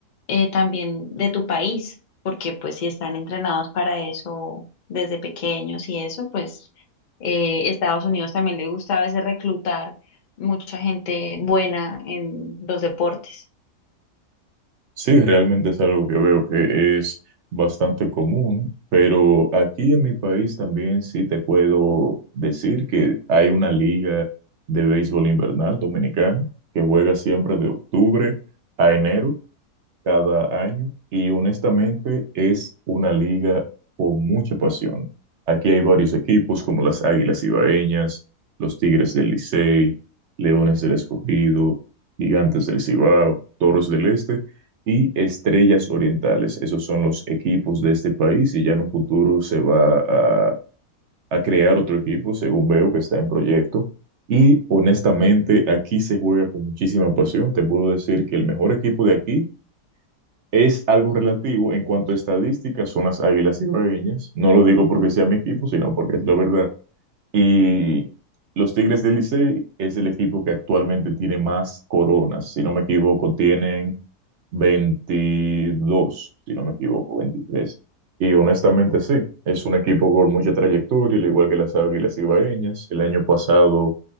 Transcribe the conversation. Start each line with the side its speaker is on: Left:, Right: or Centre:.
Left: eh, también de tu país, porque pues si están entrenados para eso desde pequeños y eso, pues eh, Estados Unidos también le gusta a veces reclutar mucha gente buena en los deportes.
Right: Sí, realmente es algo que veo que es bastante común, pero aquí en mi país también sí te puedo decir que hay una liga de béisbol invernal dominicana que juega siempre de octubre a enero cada año y honestamente es una liga con mucha pasión. Aquí hay varios equipos como las Águilas Ibaeñas, los Tigres del Licey, Leones del Escogido, Gigantes del Cibao, Toros del Este y Estrellas Orientales. Esos son los equipos de este país y ya en un futuro se va a, a crear otro equipo, según veo que está en proyecto. Y honestamente, aquí se juega con muchísima pasión. Te puedo decir que el mejor equipo de aquí es algo relativo en cuanto a estadísticas, son las Águilas Ibaeñas. No lo digo porque sea mi equipo, sino porque es la verdad. Y los Tigres del Licey es el equipo que actualmente tiene más coronas. Si no me equivoco, tienen veintidós si no me equivoco, 23. Y honestamente sí, es un equipo con mucha trayectoria, al igual que las Águilas Ibaeñas. El año pasado,